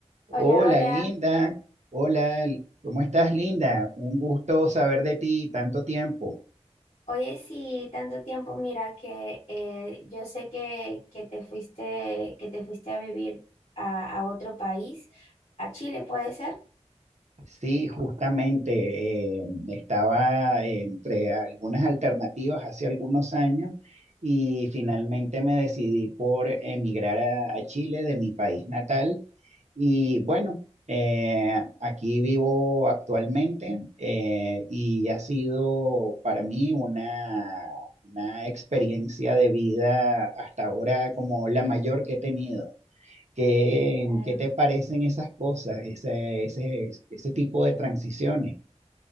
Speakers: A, on the right; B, on the left.
A: Hola,
B: Hola, hola.
A: Linda. Hola, ¿cómo estás, Linda? Un gusto saber de ti tanto tiempo.
B: Oye, sí, tanto tiempo, mira que eh, yo sé que, que te fuiste, que te fuiste a vivir a, a otro país, a Chile, ¿puede ser?
A: Sí, justamente eh, estaba entre algunas alternativas hace algunos años y finalmente me decidí por emigrar a, a Chile de mi país natal Y bueno, eh, aquí vivo actualmente eh, y ha sido para mí una, una experiencia de vida hasta ahora como la mayor que he tenido. ¿Qué,
B: Claro.
A: qué te parecen esas cosas, ese, ese, ese tipo de transiciones?